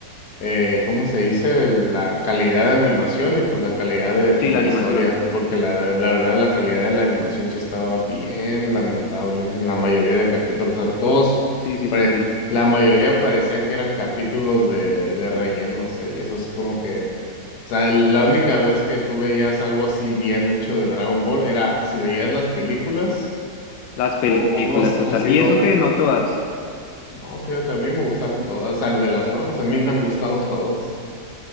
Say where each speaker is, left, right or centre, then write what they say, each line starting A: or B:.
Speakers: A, on the left (about 60°); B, on the left (about 75°).
A: eh, ¿cómo se dice? el- La calidad de animación y pues la calidad de pues,
B: Sí, la
A: la
B: animación.
A: historia, porque la, la verdad la calidad de la animación sí estaba bien lamentable en la mayoría de capítulos, o sea, todos,
B: Sí, sí,
A: pare-
B: sí, sí.
A: la mayoría parecían que eran capítulos de, de relleno, o sea, y eso así como que, o sea, el- la única vez que tú veías algo así bien hecho de Dragon Ball era si veías las películas
B: Las películas,
A: o, o,
B: total.
A: o si,
B: Y
A: o,
B: eso que no todas.
A: no, fíjate, a mí me gustaron todas, o sea, de las nuevas, a mí me han gustado todas.